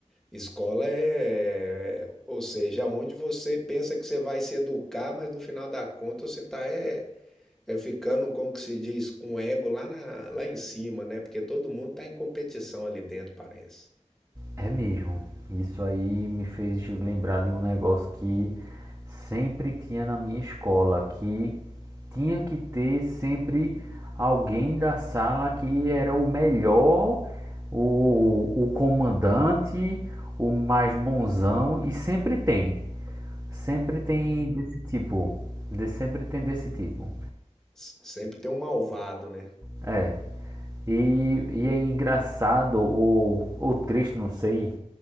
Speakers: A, in the centre; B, on the right.
A: escola é, ou seja, onde você pensa que você vai se educar, mas no final da conta você tá é, é ficando, como que se diz, com o ego lá na, lá em cima, né? Porque todo mundo tá em competição ali dentro, parece.
B: É mesmo. Isso aí me fez lembrar de um negócio que sempre tinha na minha escola, que tinha que ter sempre alguém da sala que era o melhor, o, o comandante, o mais bonzão, e sempre tem. Sempre tem desse tipo. De, sempre tem desse tipo.
A: S- Sempre tem um malvado, né?
B: É. E, e é engraçado ou, ou triste, não sei,